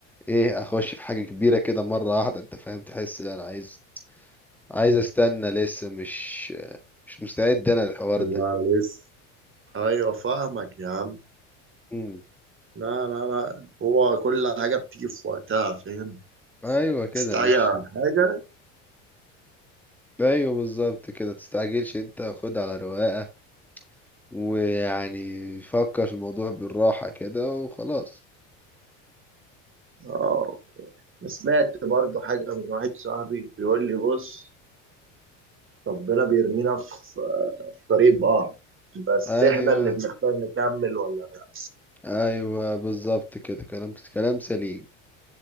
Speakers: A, in the centre; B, on the right (about 35°).
A: ايه اخش في حاجة كبيرة كده مرة واحدة انت فاهم تحس لا انا عايز عايز استنى لسه مش مش مستعد انا للحوار
B: لا
A: ده
B: لسه ايوه فاهمك يا عم
A: مم.
B: لا لا لا هو كل حاجه بتيجي في وقتها فاهم
A: ايوه كده
B: تستعجل
A: مش
B: على حاجه
A: ايوه بالظبط كده تستعجلش انت خد على رواقة ويعني فكر في الموضوع بالراحة كده وخلاص
B: اه أنا سمعت برضو حاجه من واحد صاحبي بيقول لي بص ربنا بيرمينا في في طريق بعض بس
A: ايوه
B: احنا اللي بنختار نكمل ولا لا
A: ايوه بالظبط كده كلام كلام سليم